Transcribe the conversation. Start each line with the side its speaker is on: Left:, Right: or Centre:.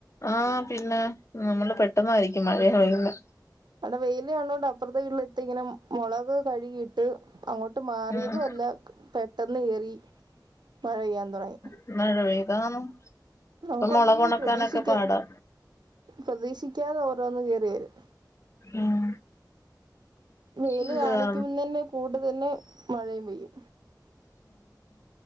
Left: ആഹ് പിന്നെ നമ്മള് പെട്ടെന്നായിരിക്കും മഴ പെയ്യുന്നേ
Right: അവിടെ വെയിൽ കാണുന്നത് കൊണ്ട് അപ്പുറത്തെ വീട്ടിൽ ഇത്ത ഇങ്ങനെ മുളക് കഴുകിട്ട് കഴുകിട്ട് അങ്ങോട്ട് മാറിയതും
Left: ഉം
Right: അല്ല പെട്ടെന്ന് ഏറി മഴ പെയ്യാൻ തുടങ്ങി
Left: <unintelligible>
Right: നമുക്കൊന്നും
Left: ഇപ്പം മൊളകൊണക്കാനൊക്കെ
Right: പ്രതീക്ഷിക്ക
Left: പാടാ
Right: പ്രതീക്ഷിക്കാതെ ഓരോന്ന് കേയറി വരും
Left: ഉം
Right: വെയിൽ
Left: എന്തുവാ
Right: കാണിക്കുമ്പ തന്നെ കൂടെ തന്നെ മഴയും പെയ്യും